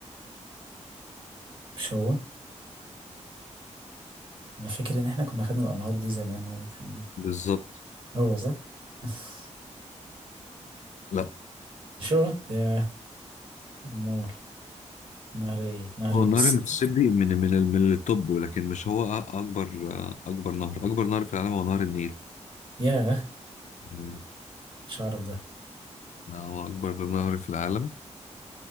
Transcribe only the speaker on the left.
بالظبط
لا
هو
نهر المسيسيبي من من ال- من التوب ولكن مش هو أ- اكبر اكبر نهر اكبر نهر في العالم هو نهر النيل
مم.
لا، هو اكبر نهر في العالم